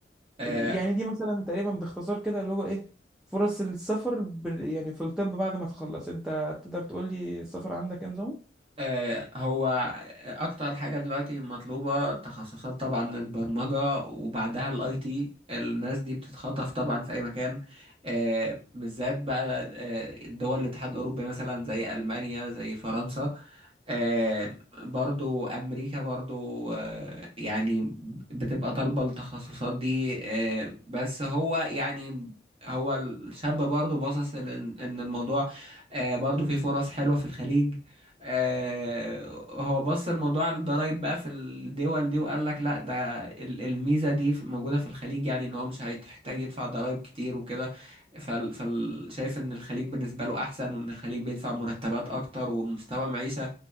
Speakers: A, on the right (about 35°); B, in the centre.
A: آه،
B: يعني دي مثلا تقريبا باختصار كده اللي هو ايه فرص السفر بال- يعني في الطب بعد ما تخلص انت تقدر تقول لي السفر عندك ايه نظامه
A: آه، هو اكتر حاجه دلوقتي مطلوبه تخصصات طبعا البرمجه وبعدها الاي تي الناس دي بتتخطف طبعا في اي مكان آه، بالذات بقى آه، دول الاتحاد الاوروبي مثلا زي المانيا زي فرنسا آه، برضو امريكا برضو آه، يعني بتبقى طالبه التخصصات دي آه، بس هو يعني هو الشاب برضو باصص لان إن الموضوع آه، برضو في فرص حلوه في الخليج آه، هو بص الموضوع على الضرايب بقى في الدول دي وقال لك لا ده ال- الميزة دي في- موجودة في الخليج يعني ان هو مش هيحتاج يدفع ضرايب كتير وكده فال فال- شايف ان الخليج بالنسبة له احسن وان الخليج بيدفع مرتبات اكتر ومستوى معيشة